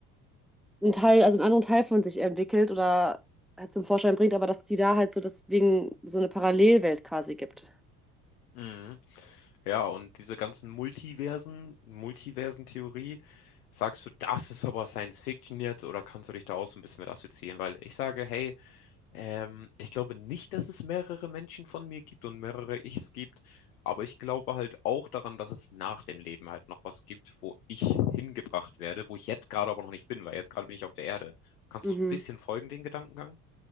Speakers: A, in the centre; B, on the left.
A: einen Teil, also einen anderen Teil von sich entwickelt oder halt zum Vorschein bringt, aber dass die da halt so deswegen so eine Parallelwelt quasi gibt.
B: Mhm. Ja, und diese ganzen Multiversen, Multiversentheorie, sagst du, das ist aber Science Fiction jetzt oder kannst du dich da auch so ein bisschen mit assoziieren? Weil ich sage, hey, Ähm, ich glaube nicht, dass es mehrere Menschen von mir gibt und mehrere Ichs gibt, aber ich glaube halt auch daran, dass es nach dem Leben halt noch was gibt, wo ich hingebracht werde, wo ich jetzt gerade aber noch nicht bin, weil jetzt gerade bin ich auf der Erde. Kannst
A: Mhm.
B: du so ein bisschen folgen, den Gedankengang?